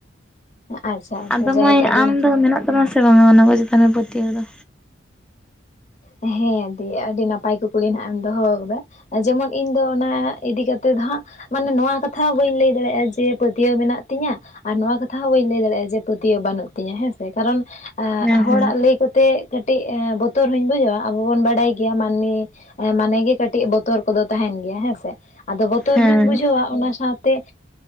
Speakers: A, on the left (about 40°); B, in the centre.
A: ᱟᱪᱪᱷᱟ ᱟᱪᱪᱷᱟ
B: ᱟᱫᱚ
A: ᱡᱟᱭᱦᱳᱠ
B: ᱢᱟᱹᱭ
A: ᱟᱹᱰᱤ
B: ᱟᱢ
A: ᱱᱟᱯᱟᱭ
B: ᱫᱚ ᱢᱮᱱᱟᱜ ᱛᱟᱢᱟ ᱥᱮ ᱵᱟᱝ ᱚᱱᱟ ᱠᱚ ᱪᱮᱛᱟᱱ ᱨᱮ ᱯᱟᱹᱛᱭᱟᱹᱣ ᱫᱚ?
A: ᱦᱮᱸ ᱫᱤ ᱟᱹᱰᱤ ᱱᱟᱯᱟᱭ ᱠᱩᱠᱞᱤ ᱱᱟᱜ ᱮᱢ ᱫᱚᱦᱚᱣ ᱠᱟᱫᱟ ᱡᱮᱢᱚᱱ ᱤᱧ ᱫᱚ ᱚᱱᱟ ᱤᱫᱤ ᱠᱟᱛᱮ ᱫᱚ ᱦᱟᱸᱜ ᱢᱟᱱᱮ ᱱᱚᱣᱟ ᱠᱟᱛᱷᱟ ᱦᱚᱸ ᱵᱟᱹᱧ ᱞᱟᱹᱭ ᱫᱟᱲᱮᱭᱟᱜᱼᱟ ᱡᱮ ᱯᱟᱹᱛᱭᱟᱹᱣ ᱢᱮᱱᱟᱜ ᱛᱤᱧᱟᱹ ᱟᱨ ᱱᱚᱣᱟ ᱠᱟᱛᱷᱟ ᱦᱚᱸ ᱵᱟᱹᱧ ᱞᱟᱹᱭ ᱫᱟᱲᱮᱭᱟᱜᱼᱟ ᱡᱮ ᱯᱟᱹᱛᱭᱟᱹᱣ ᱵᱟᱹᱱᱩᱜ ᱛᱤᱧᱟᱹ ᱦᱮᱸᱥᱮ ᱠᱟᱨᱚᱱ ᱮᱸᱜ
B: ᱦᱮᱸ
A: ᱦᱚᱲᱟᱜ
B: ᱦᱮᱸ
A: ᱞᱟᱹᱭ ᱠᱚᱛᱮ ᱠᱟᱹᱴᱤᱡ ᱵᱚᱛᱚᱨ ᱦᱚᱧ ᱵᱩᱡᱟ ᱟᱵᱚ ᱵᱚᱱ ᱵᱟᱰᱟᱭ ᱜᱮᱭᱟ ᱢᱟᱹᱱᱢᱤ ᱢᱟᱱᱮ ᱜᱮ ᱠᱟᱹᱴᱤᱡ ᱵᱚᱛᱚᱨ ᱠᱚᱫᱚ ᱛᱟᱸᱦᱮᱱ ᱜᱮᱭᱟ ᱦᱮᱸᱥᱮ᱾ ᱟᱫᱚ ᱵᱚᱛᱚᱨ
B: ᱦᱮᱸ
A: ᱦᱚᱧ ᱵᱩᱡᱷᱟᱹᱣᱟ ᱚᱱᱟ ᱥᱟᱶᱛᱮ ᱛᱮ